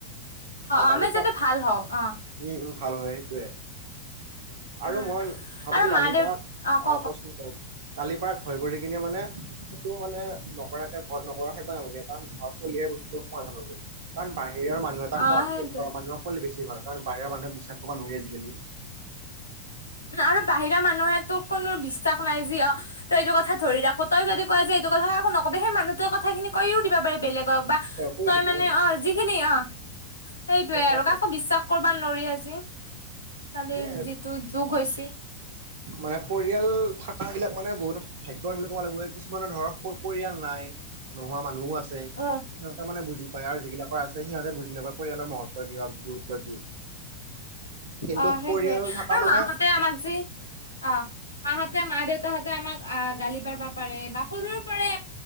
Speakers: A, on the right; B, on the left.
A: অ
B: আমি
A: গালি পৰা
B: যাতে ভাল হওঁ অ
A: উম উম ভাল হয় সেইটোৱে। আৰু
B: উম
A: মই ভাবো
B: আৰু
A: যে গালিপাৰ
B: মা দেউ
A: অ
B: ক
A: কচোন ক গালিপাৰা ভয় কৰি কিনে মানে সেইটো মানে নকৰাকে ঘৰত নকৰাকে কাৰণ ঘৰত উলিয়াই বস্তুটো সমাধান হ'ব কাৰণ বাহ বাহিৰৰ মানুহ এটা
B: অ
A: কোৱাতকে
B: সেইটোৱে
A: ঘৰৰ মানুহক ক'লে বেছি ভাল। কাৰণ বাহিৰৰ মানুহক বিশ্বাস কৰিব নোৱাৰি আজিকালি।
B: আৰু বাহিৰা মানুহেতো কোনো বিশ্বাস নাই যি অ, তই এইটো কথা ধৰি ৰাখ তই যদি কোৱা যে এইটো কথা নকব সেই মানুহৰ কথাখিনি কৈয়ো দিব পাৰে বেলেগ ত বা,
A: কৈ
B: তই
A: দিব
B: মানে
A: উম
B: অ যিখিনি অ, সেইটোয়ে
A: সেইকাৰণে
B: আৰু কাকো বিশ্বাস কৰ কবা নৰি আজি, কালিৰ
A: এ
B: যিটো যুগ হৈছি।
A: মানে পৰিয়াল থাকাবিলাক মানে বহুত ভাগ্যৱান বুলি ক'ব লাগিব কিছুমানৰ ধৰক প পৰিয়াল নাই নোহোৱা মানুহো আছে,
B: অ',
A: সিহঁতে মানে বুজি পায় আৰু যিগিলাকৰ আছে সিহঁতে বু যেবা পৰিয়ালৰ মহত্ব কি বা গুৰুত্ব কি? কিন্তু
B: অ সেইটোৱে
A: পৰিয়াল থকা
B: আৰু
A: মানে
B: মাহঁতে আমাক যি অ, মাহঁতে মা -দেউতাহঁতে আমাক আহ গালি পা বা পাৰে বা সৰুৰ পৰাই